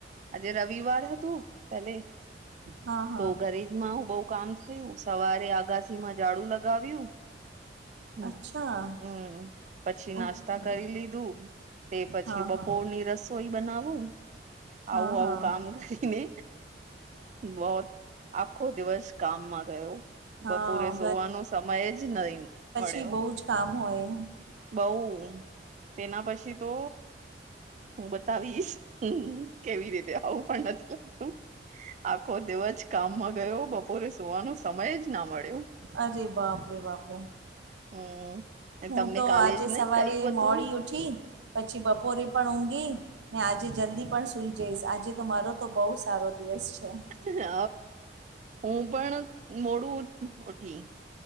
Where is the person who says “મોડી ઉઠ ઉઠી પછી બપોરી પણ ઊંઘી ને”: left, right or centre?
Right